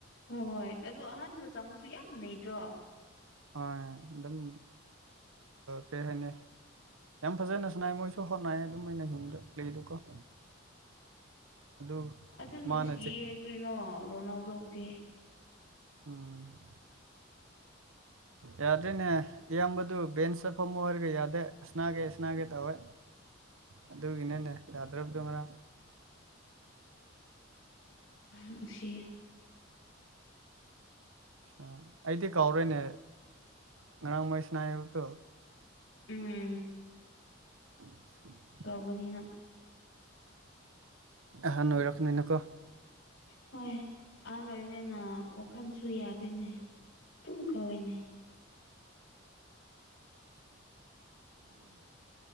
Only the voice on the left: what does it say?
ꯍꯣꯏ ꯍꯣꯏ ꯑꯗꯨꯗꯣ ꯑꯍꯥꯟꯕ ꯆꯪꯉꯁꯨ ꯌꯥꯝ ꯅꯩꯗ꯭ꯔꯣ
ꯑꯗꯨ ꯅꯨꯡꯁꯤꯌꯦ
ꯀ꯭ꯔꯤꯅꯣ ꯔꯣꯅꯥꯜꯗꯧꯗꯤ
<unintelligible>
ꯅꯨꯡꯁꯤꯌꯦ
ꯎꯝ
ꯀꯧꯒꯅꯤꯅ
ꯍꯣꯏ ꯑꯍꯥꯟꯕ ꯑꯣꯏꯕꯅꯤꯅ ꯋꯥꯈꯜꯁꯨ ꯌꯥꯗꯦꯅꯦ ꯑꯗꯨꯝ ꯀꯧꯏꯅꯦ ꯎ <unintelligible>